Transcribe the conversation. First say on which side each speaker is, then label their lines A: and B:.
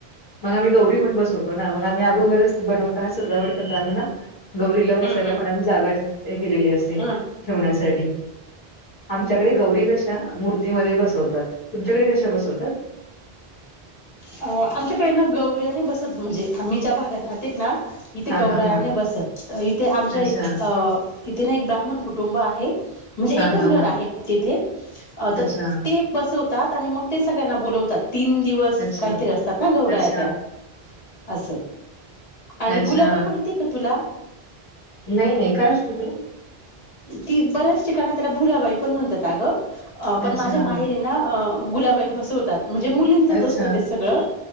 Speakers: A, on the left; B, on the left.
A: मग आम्ही गौरी पण बसवतो मग आम्ही अगोबरच बनवताना सजावट करताना ना गौरीला बसायला
B: हम्म हम्म
A: पण आम्ही जागा ठेव हे केलेली असते
B: हम्म
A: ठेवण्यासाठी आमच्याकडे गौरी कशा मूर्तीमध्ये बसवतात तुमच्याकडे कशा बसवतात
B: अ आमच्याकडे ना गौऱ्याने बसत म्हणजे आम्ही ज्या भागात राहते ना इथे
A: हा
B: गौरायाने
A: हा हा
B: बसत इथे आमच्या
A: अच्छा
B: इ अ इथे ना एक ब्राह्मण कुटुंब आहे म्हणजे
A: हा
B: एकच
A: हा
B: घर
A: हा
B: आहे तिथे तर
A: अच्छा
B: ते बसवतात आणि मग ते सगळ्यांना बोलवतात तीन दिवस
A: अच्छा
B: काहीतरी असतात ना गौरा
A: अच्छा
B: या त्या अस आणि
A: अच्छा
B: गुलाबाई माहिती किती क तुला
A: नाही नाही काय असत तुही
B: ती बऱ्याच ठिका त्याला भुराबाई पण म्हणतात ग पण
A: अच्छा
B: माझ्या मा गुलाबाात म्हणजे मुलीं
A: अच्छा
B: असत ते सगळं